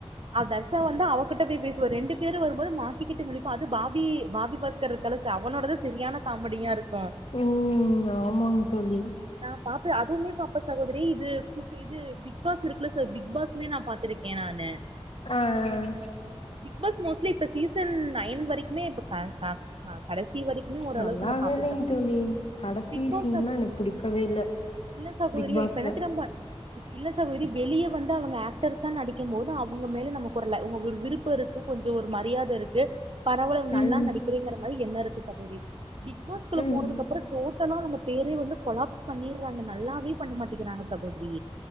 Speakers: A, on the right; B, on the left.
A: அவ தர்ஷா வந்து அவகிட்ட போய் பேசுவ ரெண்டு பேரும் வரும்போது மாட்டிக்கிட்டு முழிப்பா அது பாபி ப பாஸ்கர் அவனோடதுதான் சரியான காமெடியா இருக்கு
B: உம் ஆமாங்க தோழி
A: நான் பாத்து அதுவுமே பாப்ப சகோதரி இது குக் இது பிக் பாஸ் இருக்குல்ல பிக் பாஸ்மே நான் பாத்திருக்கேன் நானு
B: ஆஹ்ஹ
A: பிக் பாஸ் மோஸ்லி இப்ப சீசன் நயன் வரைக்குமே இப்ப கடைசி வரைக்குமே ஓரளவுக்கு
B: நல்லாவேயில்லங்
A: நா பாப்பே சகோதரி
B: தோழி கடைசி
A: பிக் பாஸ்
B: சீன்லாம் எனக்கு புடிக் வேல
A: இல்ல சகோதரி
B: பிக் பாஸ்ல
A: இப்ப என்ன தெரிமா இல்ல சாகோதரி வெளியே வந்து அவுங்க ஆக்டர்ஸா நடிக்கும் போது அவுங்க மேல நமக்கு ஒரு உங்க விருப்பம் இருக்கு கொஞ்சம் ஒரு மரியாதை இருக்கு பரவால நல்லா
B: ம்
A: நடிக்கிறேங்கற மாதிரி எண்ணம் இருக்கு சகோதரி பிக் பாஸ்குள்ள
B: ம்.
A: போனது அப்புறம் டோட் இத்தன நாள் நம்ம பேரே வந்து கொலாப்ஸ் பண்ணிறாங்க நல்லாவே பண்ண மாட்டேங்கிறாங்க சகோதரி